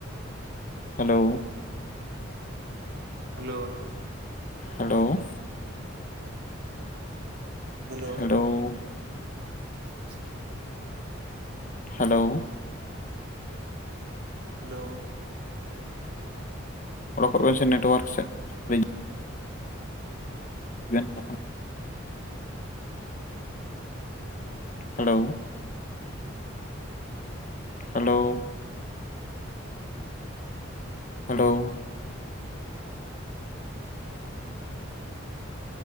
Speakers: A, on the left; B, on the right.
A: hello
B: hello
A: hello
B: hello
A: ᱦᱮᱲᱳ
B: <inaudible>
A: hello
B: hello
A: ᱚᱰᱚᱠᱚᱜ ᱵᱤᱱ ᱥᱮ ᱱᱮᱴᱣᱟᱨᱠ ᱥᱮᱫ <inaudible> ᱜ <inaudible> ᱦᱮᱞᱳ ᱦᱮᱞᱳ ᱦᱮᱞᱳ